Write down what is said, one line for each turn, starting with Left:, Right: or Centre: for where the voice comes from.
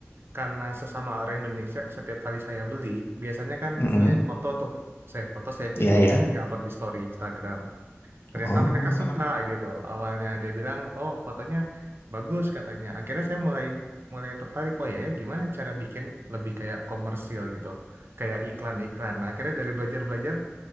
Right: karena sesama orang Indonesia, setiap kali saya beli, biasanya kan
Left: Mm-mm.
Right: saya foto tuh, saya foto, saya video,
Left: Iya ya.
Right: ya upload di story Instagram ternyata
Left: Oh.
Right: mereka suka gitu awalnya dia bilang oh fotonya bagus katanya akhirnya saya mulai mulai tertarik oh ya ya gimana cara bikin lebih kayak komersil gitu kayak iklan-iklan Nah, akhirnya dari belajar-belajar